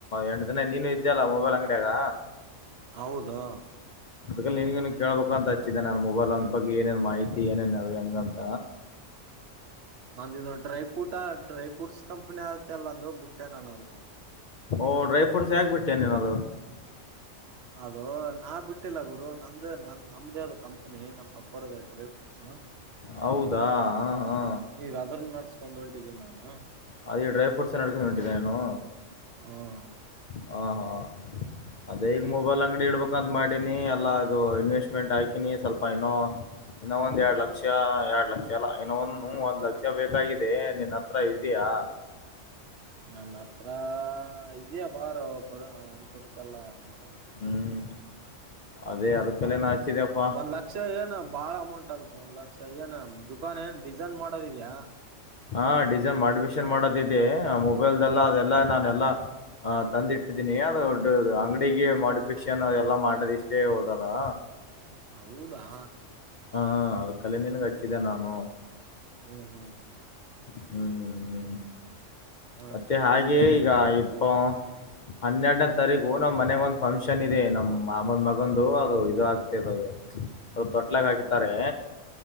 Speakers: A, on the left; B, on the right.
A: ಎಂಟ್ ದಿನ ನೀನೆ ಇದ್ ಇದ್ಯಲ್ಲ ಮೊಬೈಲ್ ಅಂಗ್ಡಿಯಾಗ.
B: ಹೌದಾ
A: ಅದಕಲ್ಲಿ ನಿನ್ಗೇನು ಕೇಳ್ಬೇಕಂತ ಹಚ್ಚಿದೆ ನನ್ನ ಮೊಬೈಲ್ ಹಂಗ ಬಗ್ಗೆ ಏನೇನ್ ಮಾಹಿತಿ ಏನೇನ್ ಹೆಂಗಂತ.
B: ನಂದಿದ ಡ್ರೈ ಫುಟಾ ಡ್ರೈ ಫ್ರೂಟ್ಸ್ ಕಂಪನಿ ಆಯ್ತಲ್ ನಂದು ಬುಟ್ಟೆ ನನ್ ಅದುಕೆ.
A: ಓ ಡ್ರೈ ಫ್ರೂಟ್ಸ್ ಯಾಕ್ ಬಿಟ್ಟೆ ನಿನ್ ಅದು.
B: ಅದೂ ನಾ ಬಿಟ್ ಟಿಲ್ಲ ಗುರು ನಂದೇ ನ ನಮ್ದೇ ಅದ್ ಕಂಪ್ನಿ ನಮ್ ಪಪ್ಪರದ್ ಡ್ರೈ ಫ್ರೂಟ್ಸ್.
A: ಹೌದಾ ಹ ಹಾ
B: ಈಗ ಅದ್ರನ್ ನಡ್ಸ್ಕೊಂದ್ ಹೊಂಟಿದಿನ್ ನಾನು.
A: ಅದೇ ಡ್ರೈ ಫ್ರೂಟ್ಸ್ <unintelligible> ನೀನೂ.
B: ಹ್ಮ್.
A: ಹಾಂ ಹಾಂ ಅದೇ ಈಗ್ ಮೊಬೈಲ್ ಅಂಗ್ಡಿ ಇಡ್ಬೊಕ್ ನದ್ ಮಾಡಿನಿ ಅಲ್ಲ ಅದೂ ಇನ್ವೆಸ್ಟ್ಮೆಂಟ್ ಹಾಕಿನಿ ಸ್ವಲ್ಪ ಏನೋ ಇನ್ನೋಂದ್ ಎರ್ಡ್ ಲಕ್ ಕ್ಷ ಎಡ್ ಲಕ್ಷ ಅಲ್ಲಾ ಇನ್ನೋಂದ್ ಹು ಒಂದ್ ಲಕ್ಷ ಬೇಕಾಗಿದೇ ನಿನ್ ಹತ್ರ ಇದಿಯಾ.
B: ನನ್ ಹತ್ರಾ ಇದ್ಯಾ ಬಾರೊ ಕೊಡಣ ಅಂತದಕಲ್ಲ ಇಂಥದಕಲ್ಲ.
A: ಹ್ಮ್ ಅದೇ ಅದ್ಕ ನಿನ್ ಹಚ್ಚಿದೆಪ.
B: ಒಂದ್ ಲಕ್ಷ ಏನ್ ಬಾಳ ಅಮೌಂಟ್ ಆಗುತ್ತೆ ಒಂದ್ ಲಕ್ಷ ಏನ್ ದುಖಾನ್ ಏನ್ ಡಿಸನ್ ಮಾಡೋದಿದ್ಯಾ.
A: ಹಾಂ ಡಿಸನ್ ಮಾಡ್ಫಿಷನ್ ಮಾಡದಿದೇ ಮೊಬೈಲ್ದೆಲ್ಲ ಅದೆಲ್ಲ ನಾನ್ ಎಲ್ಲಾ. ಹಾಂ ತಂದ್ ಇಟ್ಟಿದ್ದೀನಿ <unintelligible> ಅಂಗ್ಡಿಗೆ ಮೋಡಿಫಿಕ್ಷನ್ ಅದೆಲ್ಲಾ ಮಾಡದ್ ಇಷ್ಟೇ ಹೋದಲ್ಲಾ.
B: ಹೌದಾ.
A: ಹಾಂ ಅದಕ್ಕಲೆ ನಿನಿಗ್ ಹಚ್ಚಿದೆ ನಾನು.
B: ಹ್ಮ್ ಹ್ಮ್ ಹ್ಮ್ ಮ
A: ಹ್ಮ್
B: ಹಾ
A: ಮತ್ತೆ ಹಾಗೆ ಈಗ ಇಪ್ಪೋ. ಹನ್ನೆಡ್ನೇ ತರೀಕು ನಮ್ ಮನೆಗ್ ಒಂದ್ ಫಂಕ್ಷನ್ ಇದೇ ನಮ್ ಮಾಮಂದ್ ಮಗಂದು ಅದು ಇದ್ ಆಕ್ತಿದವಿ. ಸ್ವಲ್ಪ್ ತೊಟ್ಲಾಗ್ ಹಾಕಿತ್ತಾರೆ.